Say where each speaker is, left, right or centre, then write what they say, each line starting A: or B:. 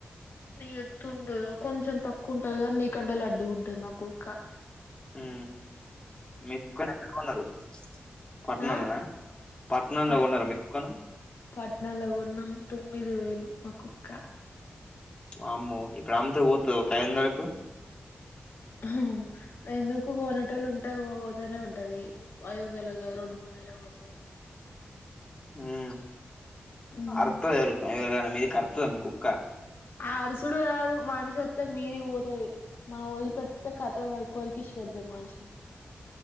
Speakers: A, on the left (about 70°); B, on the left (about 25°).
A: నీ ఎత్తుండదా కొంచెం తక్కువ ఉంటది గాన్ నీకంటే లడ్డుగుంటది మా కుక్క
B: ఊ మీ కుక్కను ఎక్కడ గొన్నరు పట్నంల్నా
A: ఆ
B: పట్నంల
A: పట్
B: గొన్నరా మీ కుక్కను
A: పట్నంల గొన్నం తుమ్ మీద వొయిండు మా కుక్క
B: అమ్మో ఇప్పుడు అమ్ముతే వోతదా ఒక ఐద్ వందలకు
A: అహూ ఎందుకు గొనేటోళ్ళు ఉంటా వోతనే ఉంటది ఐదు వందల గాదు రెండు మూడు వేళ వోతది
B: ఊ
A: ఉమ్
B: అరుత్త <unintelligible> మీదకి కరుత్తదా మీ కుక్క
A: ఆ అరుసుడు గాదు మనిషి ఒత్తే మీది వోతది మనం వదిలి పెట్తే కథం అది కొరికేశ్ పెడుతది మనుషిని